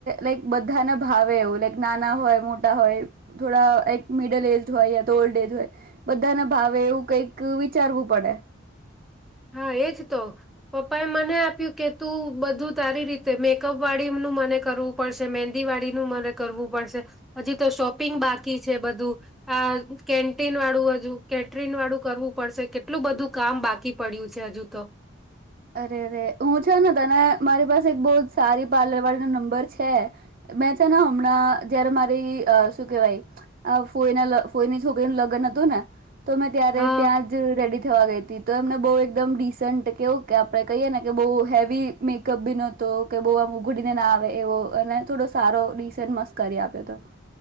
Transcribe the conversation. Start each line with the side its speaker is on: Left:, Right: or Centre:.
Right: લક બધાના ભાવે એવું લક નાના હોય મોટા હોય થોડાક મિડલ એજ હોય યા તો ઓલ્ડ એજ હોય બધાના ભાવે એવું કઈક વિચારવું પડે
Centre: હા એજ તો પપ્પા એ મને આપ્યું કે તું બધું તારી રીતે મેકઅપ વાળીનુંું મને કરવું પડશે મંદી વાળીનુંું મને કરવું પડશે હજી તો શોપિંગ બાકી છે બધું આ કેન્ટીન વાળું હજુ કેટરિન વાળું કરવું પડશે કેટલું બધું કામ બાકી કી પડ્યું છે હજુ તો
Right: અરે અરે હું છે ને તને મારી પાસે એક બહુત સારી પાર્લર વાળ ના નંબર છે મેં છે ને હમણાં જયારે મારી શું કેવાય ફોઈના ફોઈની છોકરી નું લગ્ન હતું ને તો મેં ત્યારે
Centre: હા
Right: ત્યાં જ રેડી થવા ગઈ હતી તો એમને બહુ એકદમ ડીસન્ટ કેવું કે આપડણે કહીએ ને કે બહુ હેવી મેકઅપ બી નતો કે બહુ આમ ઉઘડીને ના આવે એવો અને થોડો સારો ડિસેન્ટ મસ્ કરી આપ્યો હતો